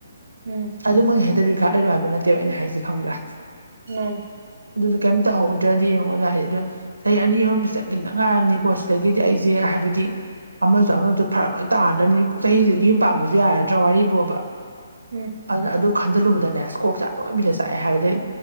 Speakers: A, on the right; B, on the right.
A: ꯎꯝ
B: ꯑꯗꯨꯃꯛ ꯍꯦꯛꯇ ꯔꯤꯒꯥꯥꯔꯠ ꯂꯩꯔꯣꯢ ꯍꯥꯏꯕ ꯅꯠꯇꯦꯕ ꯑꯩꯅ ꯍꯥꯏꯁꯤ ꯈꯪꯕ꯭ꯔꯥ
A: ꯃꯥꯅꯤ
B: ꯑꯗꯨꯁꯨ ꯀꯔꯤꯝ ꯇꯧꯍꯧꯗ꯭ꯔꯗꯤ ꯌꯦꯡꯉꯣꯗ ꯍꯥꯏꯗꯤ ꯑꯗꯨꯗꯣ ꯆꯍꯤ ꯑꯅꯤ ꯑꯍꯨꯝꯁꯤ ꯆꯪꯈꯤꯗ ꯉꯥꯏꯔꯝꯅꯤꯀꯣ ꯑꯗꯒꯤꯗꯤ ꯑꯩꯁꯦ ꯍꯥꯏꯕꯗꯤ ꯑꯃꯁꯨ ꯑꯃꯁꯨ ꯐꯔꯛ ꯂꯣꯏ ꯇꯥꯗꯕꯅꯤ ꯆꯍꯤꯁꯤꯗꯤ ꯌꯨꯝ ꯄꯥꯟꯕꯁꯨ ꯌꯥꯔꯗ꯭ꯔꯥ ꯋꯥꯔꯤ ꯕꯣꯕ
A: ꯎꯝ
B: ꯑꯗꯨꯅ ꯑꯗꯨ ꯈꯟꯖꯤꯜꯂꯨꯕꯗꯅꯦ ꯁ꯭ꯀꯣꯛ ꯆꯠ ꯂꯣꯏꯕꯤꯗ ꯆꯥꯛꯑꯦ ꯍꯥꯏꯕꯗꯩ